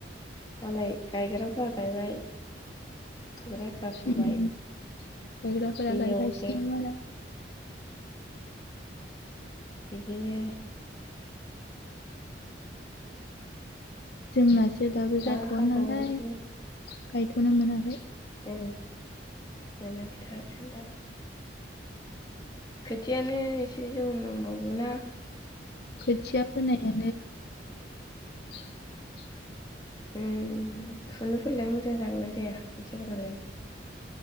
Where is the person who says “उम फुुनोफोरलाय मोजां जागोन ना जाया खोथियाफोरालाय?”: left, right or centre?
Left